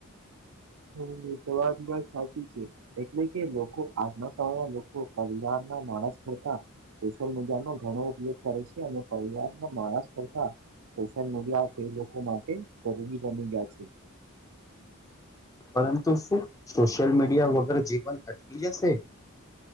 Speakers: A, on the right; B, on the left.
A: હમ સ વાર બત સાચી છે એટલે કે લોકો આત્મ સ લોકો પરિવાર ના માણસ કરતા સોશિયલ મીડિયા નો ઘણો ઉપયોગ કરે છે અને પરિવાર ના માણસ કરતા પન મ્યા તે લોકો માટે જરૂરી બની ગ્યા છે
B: પરંતુ શું સોશિયલ મીડિયા વગર જીવન અટકી જશે